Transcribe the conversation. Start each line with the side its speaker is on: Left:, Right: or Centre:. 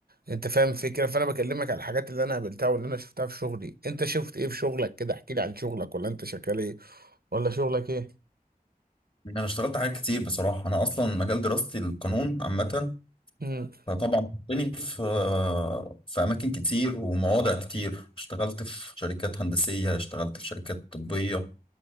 Right: انت فاهم الفكره فانا بكلمك على الحاجات اللي انا قابلتها واللي انا شفتها في شغلي انت شفت ايه في شغلك كده احكي لي عن شغلك ولا انت شغال ايه ولا شغلك ايه
Left: يعني انا اشتغلت حاجات كتير بصراحة انا اصلا مجال دراستي القانون عامة
Right: امم
Left: فطبعا حطني في في اماكن كتير ومواضع كتير اشتغلت في شركات هندسية اشتغلت في شركات طبية